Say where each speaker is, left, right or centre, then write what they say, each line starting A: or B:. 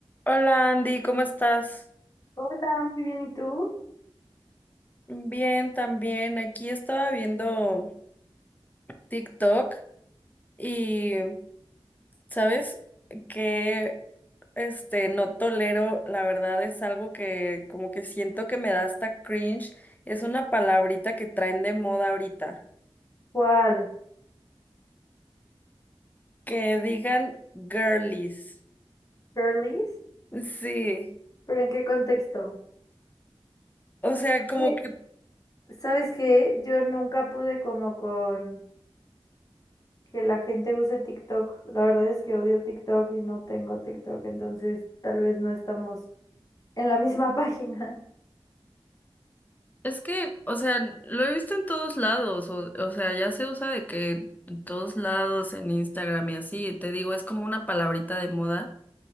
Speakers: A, on the left (about 15°); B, on the left (about 35°).
A: Hola Andy, ¿cómo estás?
B: Hola, muy bien, ¿y tú?
A: Bien, también. Aquí estaba viendo TikTok y, ¿sabes? Que este no tolero, la verdad es algo que como que siento que me da hasta cringe. Es una palabrita que traen de moda ahorita.
B: ¿Cuál?
A: Que digan girlies.
B: ¿Girlies?
A: Sí.
B: ¿Pero en qué contexto?
A: O sea, como
B: Que,
A: que
B: ¿Sabes qué? Yo nunca pude como con que la gente use TikTok. La verdad es que odio TikTok y no tengo TikTok, entonces tal vez no estamos en la misma <laughs> página.
A: Es que, o sea, lo he visto en todos lados, o, o sea, ya se usa de que en todos lados, en Instagram y así, te digo, es como una palabrita de moda,